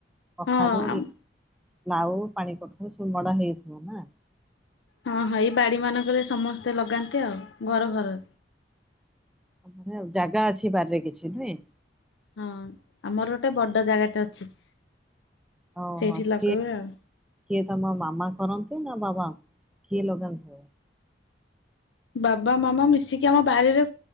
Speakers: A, in the centre; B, on the left (about 80°).
A: କଖାରୁ
B: ହଁ ଆମ
A: ଲାଉ ପାଣିକଖାରୁ ସବୁ ମଡା ହେଇଥିବ ନା?
B: ହଁ ହଁ ଏଇ ବାଡି ମାନଙ୍କରେ ସମସ୍ତେ ଲଗାନ୍ତି ଆଉ ଘର ଘର
A: ଆମ ଜାଗା ଅଛି ବାରିରେ କିଛି ନୁହେଁ?
B: ହଁ ଆମର ଗୋଟେ ବଡ ଜାଗାଟେ ଅଛି।
A: ହଁ
B: ସେଇଠି
A: ମତେ
B: ଲଗାଉ ଆଉ
A: କିଏ ତମ ମାମା କରନ୍ତୁ ନା ବାବା କିଏ ଲଗାନ୍ତି ସବୁ?
B: ବାବା ମାମା ମିଶିକି ଆମ ବାରିରେ